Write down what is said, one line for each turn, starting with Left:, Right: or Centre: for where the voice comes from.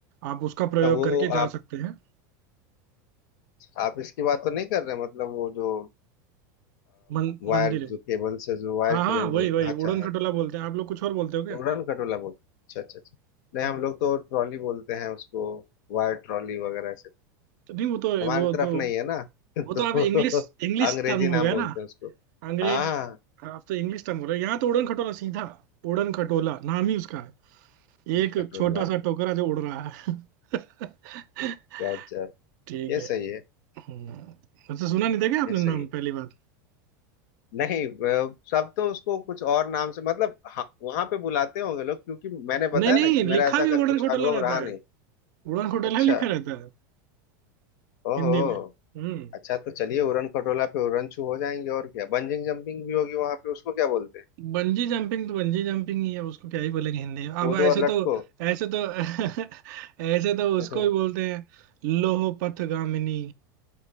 Right: आप उसका प्रयोग
Left: तो वो
Right: करके जा
Left: आप
Right: सकते हैं
Left: आप इसकी बात तो नहीं कर रहे मतलब वो जो
Right: मन,
Left: वायर
Right: मंदिर है
Left: जो केबल से जो वायर
Right: हाँ
Left: की
Right: हाँ
Left: रेंज
Right: वही
Left: होता
Right: वही
Left: है अच्छा
Right: उड़न खटोला बोलते हैं आप लोग कुछ और बोलते हो क्या
Left: उड़न खटोला बोलते हैं। अच्छा अच्छा अच्छा नहीं
Right: हम्म।
Left: हम लोग तो ट्रॉली बोलते हैं उसको वायर ट्रॉली वगैरह ऐसे
Right: तो नहीं वो तो
Left: हमारे
Right: वो
Left: तरफ
Right: तो
Left: नहीं है ना <laughs>
Right: वो तो
Left: तो
Right: आप इंग्लिश इंग्लिश
Left: अंग्रेजी
Right: टर्म हो
Left: नाम
Right: गया
Left: बोलते
Right: ना
Left: हैं उसको
Right: अंग्रेज
Left: हाँ
Right: आप तो इंग्लिश टर्म बोल रहे हो यहाँ तो उड़न खटोला सीधा उड़न खटोला नाम ही उसका है एक
Left: खटोला
Right: छोटा सा टोकरा जो उड़ रहा है <laughs>
Left: गजब
Right: ठीक
Left: ये
Right: है
Left: सही है
Right: हम्म। वैसे सुना नहीं था क्या आपने
Left: ये सही
Right: नाम
Left: है
Right: पहली बार
Left: नहीं अ, सब तो उसको कुछ और नाम से मतलब हाँ, वहां पे बुलाते होंगे लोग क्योंकि मैंने बताया
Right: नहीं नहीं
Left: ना कि
Right: लिखा
Left: मेरा ऐसा
Right: भी
Left: क-
Right: उड़न
Left: कुछ
Right: खटोला
Left: अनुभव
Right: रहता
Left: रहा
Right: है
Left: नहीं
Right: उड़न खटोला
Left: अच्छा
Right: ही लिखा रहता है
Left: ओहो
Right: हिंदी में हम्म
Left: अच्छा तो चलिए उड़न खटोला पे उड़न छू हो जाएंगे और क्या बंजिंग जंपिंग भी होगी वहां पे उसको क्या बोलते हैं
Right: बंजी जंपिंग तो बंजी जंपिंग ही है उसको क्या ही बोलेंगे हिंदी में। अब
Left: कूदो
Right: ऐसे
Left: और
Right: तो
Left: लटको
Right: ऐसे तो <laughs> ऐसे तो उसको
Left: हम्म,
Right: भी बोलते हैं लोहो पथगामिनी